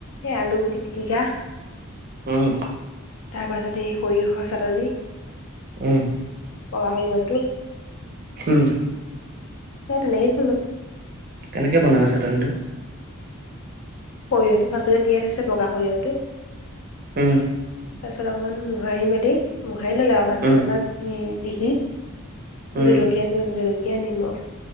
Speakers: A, on the left; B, on the right.
A: এই আলুগুটি পিটিকা।
B: উম।
A: তাৰপাছত এই সৰিয়হৰ চাটনি।
B: উম।
A: বগা সৰিয়াহ টোপ।
B: উম।
A: এ' তেনেকেই খালোঁ।
B: কেনেকে বনালা চাটনিটোঁ?
A: সৰিয়হটোঁ ফাষ্টতেই তিয়াই থৈছে বগা সৰিয়হটোঁ।
B: উম।
A: তাৰপিছত অকমান মোহাৰি মেলি, মোহাৰি ললে আৰু <unintelligible>
B: উম,
A: উম পিচি,
B: উম,
A: জলকীয়া জ', জলকীয়া নিমখ,